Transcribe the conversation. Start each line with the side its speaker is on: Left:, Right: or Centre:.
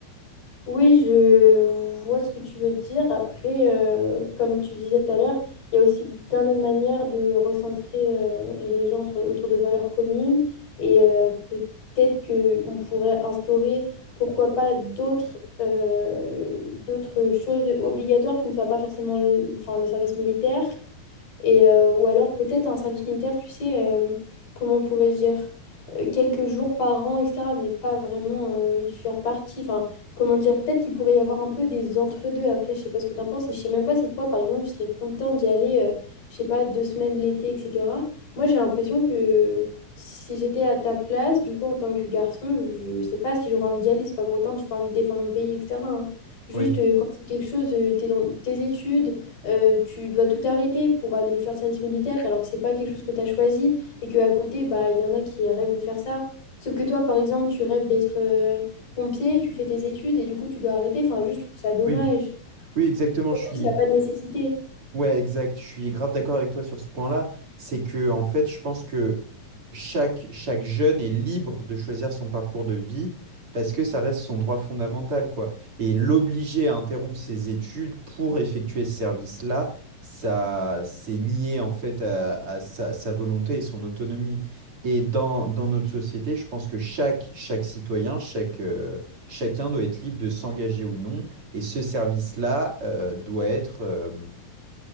Left: Oui, je vois ce que tu veux dire. Après, euh, comme tu disais tout à l'heure, il y a aussi bien d'autres manières de recentrer euh, les gens sur- autour de valeurs communes et euh, peut-être que on pourrait instaurer, pourquoi pas, d'autres euh, d'autres choses obligatoires qui ne soient pas forcément le, enfin, le service militaire et, euh, ou alors peut-être un service militaire, tu sais, euh, comment on pourrait dire, euh, quelques jours par an, etc. Mais pas vraiment euh, y faire partie. Enfin, comment dire, peut-être qu'il pourrait y avoir un peu des entre-deux après, je sais pas ce que t'en penses. Et je sais même pas si toi, par exemple, tu serais content d'y aller, euh, je sais pas, deux semaines l'été, etc. Moi, j'ai l'impression que si j'étais à ta place, du coup, en tant que garçon, je sais pas si j'aurais envie d'y aller. C'est pas pour autant que j'ai pas envie de défendre mon pays, etc. hein. Juste,
Right: Oui,
Left: euh, quand c'est quelque chose, euh, t'es dans tes études euh, tu dois tout arrêter pour aller faire le service militaire alors que c'est pas quelque chose que tu as choisi et que à côté, bah, il y en a qui rêvent de faire ça. Sauf que toi, par exemple, tu rêves d'être euh, pompier, tu fais tes études et du coup, tu dois arrêter. Enfin, juste, je trouve ça dommage.
Right: oui. Oui, exactement,
Left: Surtout
Right: je suis,
Left: s'il n'y a pas de nécessité.
Right: Ouais, exact. Je suis grave d'accord avec toi sur ce point-là. C'est que, en fait, je pense que chaque, chaque jeune est libre de choisir son parcours de vie parce que ça reste son droit fondamental, quoi. Et l'obliger à interrompre ses études pour effectuer ce service-là, ça, c'est nier, en fait, à, à sa, sa volonté et son autonomie. Et dans, dans notre société, je pense que chaque, chaque citoyen, chaque, euh, chacun doit être libre de s'engager ou non. Et ce service-là, euh, doit être, euh,